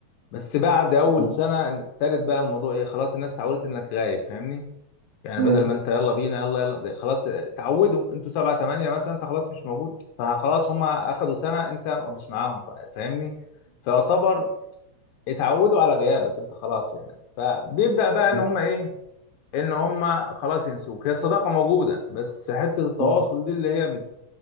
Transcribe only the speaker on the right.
م-
م-
م-
م-
م-